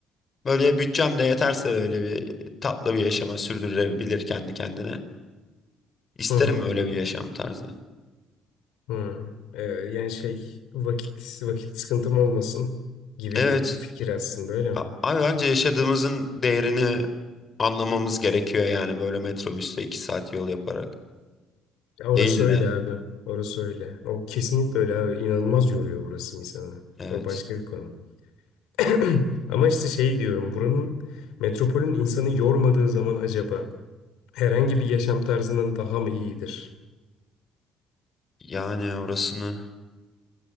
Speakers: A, on the left; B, on the left.
A: böyle bütçem de yeterse böyle bir tatlı bir yaşama sürdürebilir kendi kendine. İsterim
B: Hı hı.
A: öyle bir yaşam tarzı.
B: hı. Eee, yani şey vakit vakit sıkıntım olmasın gibi
A: Evet.
B: bir fikir aslında öyle
A: A-
B: mi?
A: Abi bence yaşadığımızın değerini anlamamız gerekiyor yani böyle metrobüste iki saat yol yaparak.
B: Ya orası
A: Değil
B: öyle
A: de
B: abi. Orası öyle. O kesinlikle öyle abi. İnanılmaz yoruyor burası insanı.
A: evet.
B: O başka bir konu. <clears throat> Ama işte şey diyorum. Buranın metropolün insanı yormadığı zaman acaba herhangi bir yaşam tarzından daha mı iyidir?
A: Yani orasını